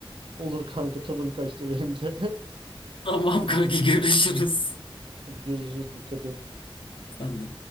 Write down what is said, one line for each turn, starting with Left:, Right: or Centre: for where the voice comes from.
Right: Olur kanka tadım kaçtı benim de.
Left: <laughs> Tamam kanka görüşürüz.
Right: <laughs> Hadi görüşürüz dikkat et.
Left: Sen de.